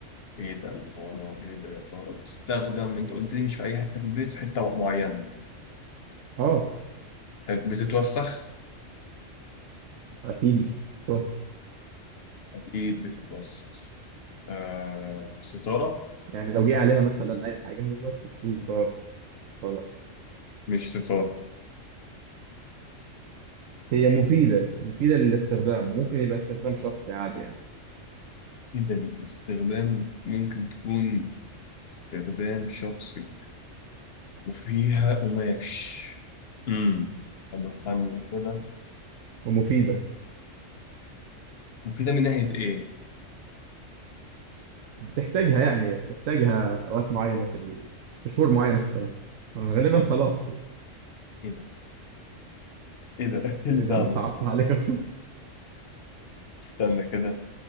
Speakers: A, on the left; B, on the right.
A: ايه ده يا ترى ايه ده يا ترى بتستخدم انت قلت لي مش في اي حتة في البيت في حتة معينة
B: اه
A: حلو. بتتوسخ
B: اكيد بتتوسخ
A: اكيد بتتوسخ آه ستارة
B: يعني لو جه عليها مثلا اي حاجة هتتوسخ لا ضرر ولا-
A: مش ستارة
B: هي مفيدة مفيدة للاستخدام ممكن يبقى استخدام شخصي عادي يعني
A: جدا استخدام ممكن تكون استخدام شخصي وفيها قماش امم طب استنى كده
B: ومفيدة
A: مفيدة من ناحية إيه؟
B: بتحتاجها يعني بتحتاجها في اوقات معينة في ال... في شهور معينة في السنة غالبا خلاص
A: إيه ده؟ إيه ده؟ <laughs> إيه البتاع
B: اذا انا
A: دي؟
B: صعبتها عليك اكتر
A: استنى كده